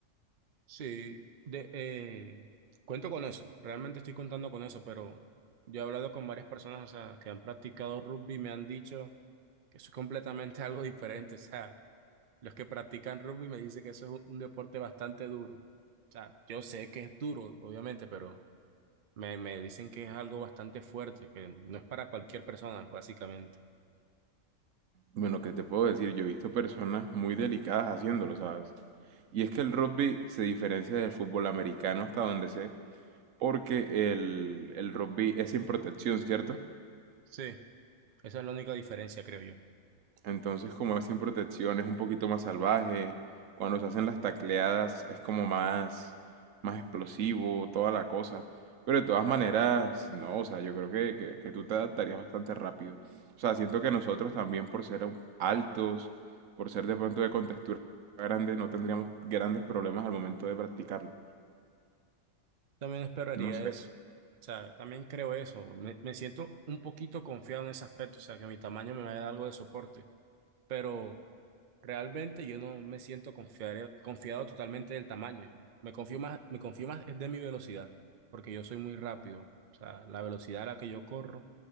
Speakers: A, on the right; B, on the right.
A: Sí, de, eh, cuento con eso. Realmente estoy contando con eso, pero yo he hablado con varias personas, o sea, que han practicado rugby y me han dicho que eso es completamente <laughs> algo diferente. O sea, los que practican rugby me dicen que eso es un, un deporte bastante duro. O sea, yo sé que es duro, obviamente, pero me, me dicen que es algo bastante fuerte, que no es para cualquier persona, básicamente.
B: Bueno, ¿qué te puedo decir? Yo he visto personas muy delicadas haciéndolo, ¿sabes? Y es que el rugby se diferencia del fútbol americano hasta donde sé, porque el, el rugby es sin protección, ¿cierto?
A: Sí, esa es la única diferencia, creo yo.
B: Entonces, como es sin protección, es un poquito más salvaje. Cuando se hacen las tacleadas es como más, más explosivo, toda la cosa. Pero de todas maneras, no, o sea, yo creo que, que- que tú te adaptarías bastante rápido. O sea, siento que nosotros también por ser un- altos, por ser de pronto de contextura grande, no tendríamos grandes problemas al momento de practicarlo.
A: También esperaría
B: No sé,
A: eso. O sea, también creo eso. Me, me siento un poquito confiado en ese aspecto. O sea, que mi tamaño me vaya a dar algo de soporte. Pero realmente yo no me siento confiar- confiado totalmente del tamaño. Me confío más, me confío más es de mi velocidad. Porque yo soy muy rápido. O sea, la velocidad a la que yo corro,